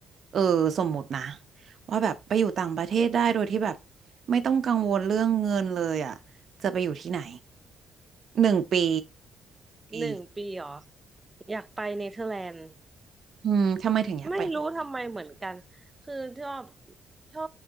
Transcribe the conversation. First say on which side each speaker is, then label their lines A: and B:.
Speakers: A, on the right (about 55°); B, on the right (about 15°).
A: เออสมมตินะว่าแบบไปอยู่ต่างประเทศได้โดยที่แบบไม่ต้องกังวลเรื่องเงินเลยอะจะไปอยู่ที่ไหนหนึ่งปีปี
B: หนึ่งปีเหรออยากไปเนเธอร์แลนด์
A: อืมทำไมถึงอยากไป
B: ไม่รู้ทำไมเหมือนกันคือชอบชอ